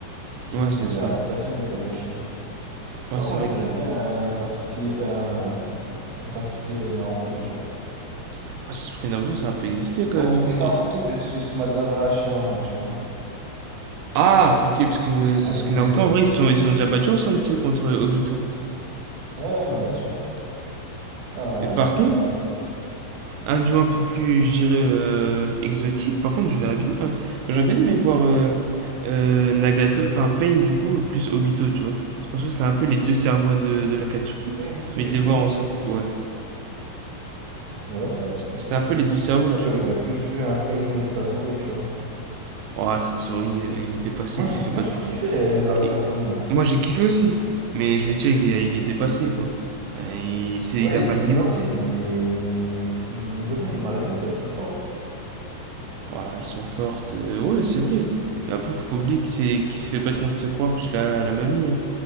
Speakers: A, on the right (about 60°); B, on the right (about 85°).
A: Sinon,
B: Ouais,
A: je
B: c'est
A: le
B: ça.
A: verrai avec personne, Kakashi.
B: Ouais,
A: Par
B: c'est
A: contre,
B: vrai.
A: je verrais bien un Sasuke, un, un Sasuke Naruto, tu vois.
B: que- Ouais, Sasuke Naruto, ça a un peu existé quand
A: Sasuke
B: même. hein.
A: Naruto
B: Contre-
A: versus Madara Shirama, tu vois.
B: Ah, ok, parce que Sasuke
A: Un 2v2.
B: Naruto, en vrai, ils se sont, ils se sont déjà battus ensemble, tu sais, contre Obito.
A: Ouais, non, bien sûr. Un
B: Mais par contre,
A: Naruto.
B: un duo un peu plus, je dirais, euh, exotique, par contre, je verrais bien. hein. Enfin, J'aurais bien aimé voir euh, euh, Nagato, enfin Pain, du coup, plus Obito, tu vois. Parce qu'en soi, c'était un peu les deux cerveaux de, de l'Akatsuki,
A: Pain plus
B: mais
A: Obito.
B: de les voir ensemble. Ouais.
A: Ouais, ça aurait pu faire
B: C'était
A: quelque
B: un peu
A: chose.
B: les deux cerveaux,
A: Ouais,
B: tu
A: tu vois,
B: vois.
A: j'aurais plus vu un Pain et Sasori, tu vois.
B: Ouah, Sasori, euh, il est dépassé,
A: Moi,
B: il
A: j'ai
B: s'est fait pas
A: moi, j'ai
B: de passe.
A: kiffé euh, l'arc
B: Et
A: Sasori. hein.
B: moi, j'ai kiffé aussi. Mais je veux dire, il est, il est dépassé, quoi. Enfin, il, c'est-
A: Ouais,
B: il a
A: il
B: pas
A: est dépassé,
B: le niveau.
A: mais mine de rien, les marionnettes, elles sont fortes. hein.
B: Ouah, elles sont fortes. Euh, ouais, c'est vrai. Mais après, faut pas oublier qu'il s'est qu'il s'est fait battre contre Sakura plus la, la mamie. hein.